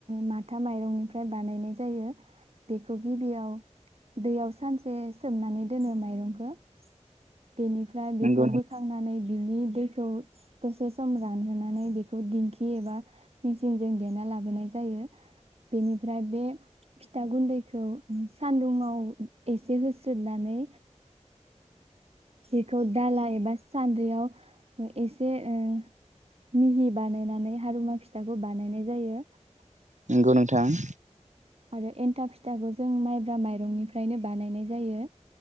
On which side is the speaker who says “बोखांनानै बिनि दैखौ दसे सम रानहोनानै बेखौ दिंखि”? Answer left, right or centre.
Right